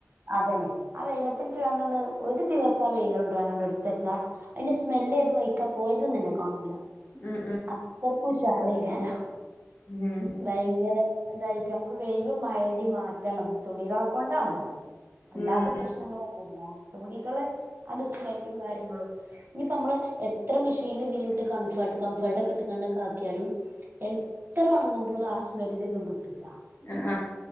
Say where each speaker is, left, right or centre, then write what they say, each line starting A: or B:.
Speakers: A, on the right; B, on the left.
A: അതന്നെ ആ വെയിലത്തിട്ട് ആണ്ന്ന്ണ്ട് ഒരു ദിവസം ആ വെയില് കൊണ്ട് ഇട്ത്തച്ചാ അയ്ന്റെ സ്മെല്ല് ഏത് വയ്ക്കാ പോയത് നന്നേ കാണൂല
B: ഉം
A: അത്രക്കും ഉഷാറയ്ക്കാരം
B: ഉം ഉം
A: ഭയങ്കര ഇതായിട്ട് നമുക്ക് വെയിലും മഴന്റിം മാറ്റണ് അത് തുണികളെ കൊണ്ടാണ് എറിം അല്ലാത്ത
B: ഉം
A: പ്രശ്നങ്ങളൊന്നുല്ല തുണികളെ ആണ്ട് സ്മെല്ലും കാര്യങ്ങളും ഇനിയിപ്പോ നമ്മള് എത്ര മെഷീൻലു ഇതിലുട്ട് കൺഫേർട്ട് കംഫർട്ടൊക്കെ ഇട്ട്ക്കാണ്ടൊക്കെ ആക്കിയാലും എത്ര ഉണങ്ങുമ്പളും ആ സ്മെല്ല് ഇതും കിട്ടൂല്ല
B: ആ